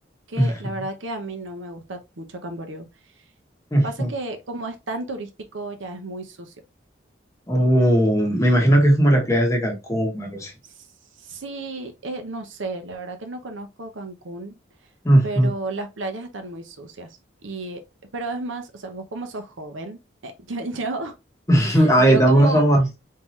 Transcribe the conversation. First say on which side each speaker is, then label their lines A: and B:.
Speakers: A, on the right; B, on the left.
A: que
B: Ujú,
A: la verdad que a mí no me gusta mucho Camboriú.
B: ujú.
A: Pasa que como es tan turístico, ya es muy sucio.
B: Oh, me imagino que es como las playas de Cancún, algo así.
A: Sí, eh, no sé, la verdad que no conozco Cancún.
B: Ujú.
A: pero las playas están muy sucias. Y, pero es más, o sea, vos como sos joven, eh, <laughs> yo, yo,
B: <laughs> Ay,
A: yo
B: tampoco
A: como,
B: somos,